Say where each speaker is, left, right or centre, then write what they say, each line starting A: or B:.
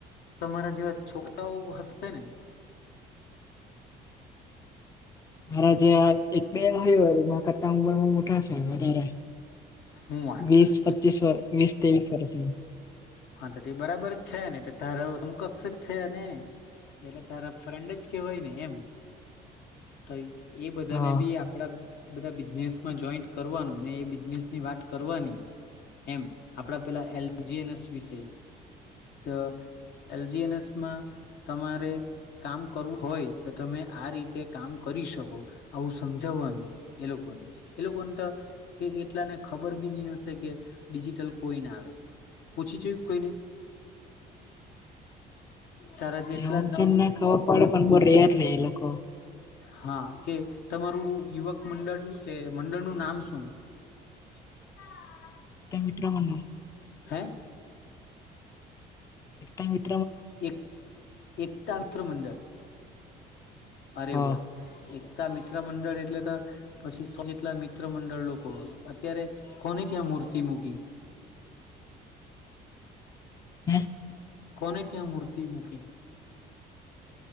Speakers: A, on the left; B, on the left.
A: તમારા જેવા છોકરાઓ હ. બને
B: મારા જે એક બેય કરતા ઉંમરમાં મોટા છે વધારે
A: હું વાત
B: વીસ
A: કરે
B: પચીસ વ વીસ તેવીસ વરસ ના.
A: હા તો તે બરાબર જ છે ને તારા શ કક્ષ જ છે ને. એટલે તારા ફ્રેન્ડ જ કેવાય ને એમ તોય એ બધાને
B: હા
A: બી આપડા બધા બિઝનેસમાં જોઈન્ટ કરવાનું ને એ બિઝનેસની વાત કરવાની એમ આપડા પેલા એલજીએનસ વિશે તો એલજીએનએસમાં તમારે કામ કરવું હોય તો તમે આ રીતે કામ કર. કરી શકો આવું સમજાવવાનું એ લોકોને એ લોકોને તો એટલાને ખબર બી હશે કે ડિજિટલ કોઈને આવે પૂછી જોઈ કોઈને તારા જેટલા
B: એવુંજને
A: નવી
B: ખબર પડે પણ બહ રેયાર રે એ લોકો.
A: હા કે, તમારું યુવક મંડળ કે મંડળનું નામ શું? <unintelligible>
B: મિત્ર મંડળ.
A: હે?
B: એક. <unintelligible>
A: એક એકતા મિત્ર મંડળ. અરે
B: હ
A: વાહ, એક મિત્ર મંડળ એટલે તો, પછીસો જેટલા મિત્ર મંડળ લોકો અત્યારે કોને ત્યાં મુર્તી મુુકી?
B: હે?
A: કોને ત્યાં મૂર્તિ મૂકી?